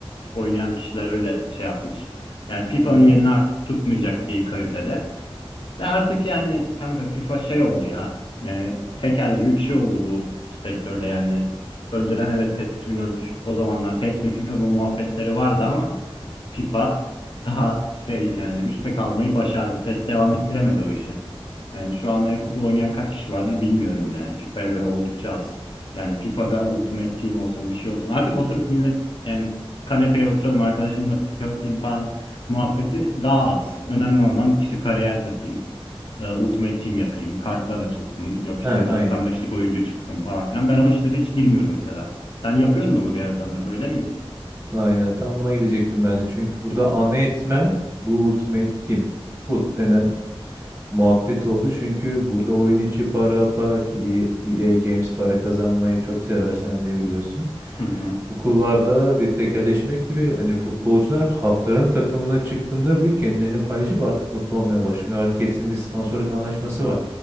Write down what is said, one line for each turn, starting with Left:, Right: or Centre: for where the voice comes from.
Left: Oynayan kişiler öyle şey yapmış. Yani FIFA'nın
Right: Hı hı.
Left: yerini artık tutmayacak bir kalitede. Ve artık yani kanka FIFA şey oldu ya. Yani tekel gibi bir şey oldu bu sektörde yani. Önceden evet PES 2013 o zamanlar PES mi FIFA mı muhabbetleri vardı ama FIFA daha şey yani üstte kalmayı başardı. PES devam ettiremedi o işi. Yani şu anda e-futbol oynayan kaç kişi vardır bilmiyorum bile. Yani FIFA'ya göre oldukça az. Yani FIFA'da
Right: Ya
Left: Ultimate Team olsun bir şey olsun. Artık oturup millet yani kanepeye oturalım arkadaşımla FIFA atayım falan muhabbeti daha az. Önemli olan işte kariyer kasayım e, Ultimate Team yapayım, kartlar açılsın, yok işte
Right: Ha,
Left: 95'lik
Right: aynen.
Left: oyuncu çıksın falan filan. Ben o işlere hiç girmiyorum mesela. Sen yapıyordun onu bir ara sanırım, öyle miydi?
Right: Aynen. Tam buna gelecektim ben de. Çünkü burada ana etmen bu Ultimate Team. FUT denen muhabbet oldu. Çünkü burada oyun içi para para ki EA Games para kazanmayı çok sever sen ne biliyorsun.
Left: Hı hı.
Right: Bu kulvarda bir tekelleşmekti ve hani futbolcular haftanın takımına çıktığında bile kendilerini paylaşıp artık mutlu olmaya başlıyor. Artık hepsinin bir sponsorluk anlaşması var.